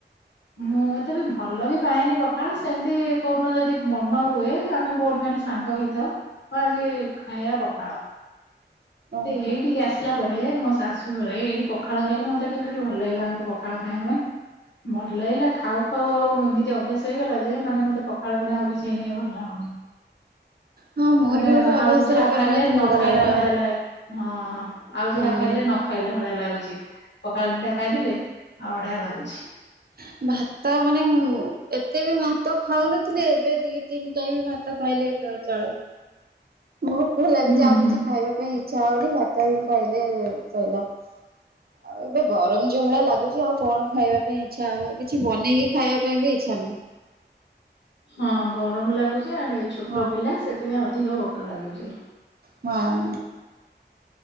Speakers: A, on the left (about 70°); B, on the right (about 55°).
A: ମୁଁ ଏତେ ବିି ଭଲ ବି ପାଏନି ପଖାଳ ସେମିତି କୋଉଦିନ ଯଦି ମନ ହୁଏ। ଆମେ ଭଉଣୀ ମାନେ ସାଙ୍ଗ ହେଇଥାଉ ଆଜି ଖାଇବା ପଖାଳ।
B: ଓହୋ
A: ସେ ହେଇଠିକି
B: ହୁଁ
A: ଆସ ଆସିଲା ପରେ ମୋ ଶାଶୁ ଘରେ ଏଇଠି ପଖାଳ ଖାଇଲେ ମତେ ଟିକେ ଭାରି ଭଲ ଲାଗିଲା ଆଙ୍କ ପଖାଳ ଖାଇବା ପାଇଁ। ଭଲ ଲାଗିଲା ଖାଉ ହଉ ଆଉ ଏମିତି ଅଭ୍ୟାସ ହେଇଗଲା ଯେ ମାନେ ମତେ ପଖାଳ ବିନା ଆଉ କିଛି ଏହିନି ଭଲ ଲାଗୁନି।
B: ହଁ ମୋର
A: ମାନେ
B: ବି ଗୋଟେ ଅଭ୍ୟାସରେ
A: ଆଉ ଯାହା
B: ପରିଣତ
A: ଖାଇଲେ ନ
B: ହେଇଗଲା
A: ଖାଇଲା
B: ଏଇଟା
A: ଭଳିଆ ଲା ହଁ ହଁ ଆଉ ଯାହା
B: ହଁ।
A: ଖାଇଲେ ନ ଖାଇଲା ଭଳିଆ ଲାଗୁଛି ପଖାଳ ଦିଟା ଖାଇଦେଲେ ଆଉ ବଢିଆ ଲାଗୁଛି।
B: ହଁ ଭାତ ମାନେ ମୁଁ ଏତେ ବି ଭାତ ଖାଉନଥିଲି ଏବେ ଦି ତିନି ଟାଇ ଭା ଭାତ ଖାଇଲେ ଏକାଳେ ଚଳେ। ଭୋକ ଲାଗୁଛି
A: ହୁଁ
B: ଆଉ କିଛି
A: ହୁଁ।
B: ଖାଇବା ପାଇଁ ଇଚ୍ଛା ହଉନି ଭାତ ହି ଖାଇଲେ ଶଇଲା। ହ ଆଉ ଏବେ ଗରମ ଯୋଉ ଭଳିଆ ଲାଗୁଛି ଆଉ କଣ ଖାଇବା ପାଇଁ ଇଚ୍ଛା ହବ କିଛି ବନେଇକି ଖାଇବା ପାଇଁ ବି ଇଚ୍ଛା ନାହିଁ।
A: ହଁ ଗରମ ଲାଗୁଚ ଆଡେ ଛୋଟ
B: ହଁ
A: ପିଲା ସେଥିପାଇଁ ଅଧିକ ଭୋକ ଲାଗୁଛି।
B: ହଁ।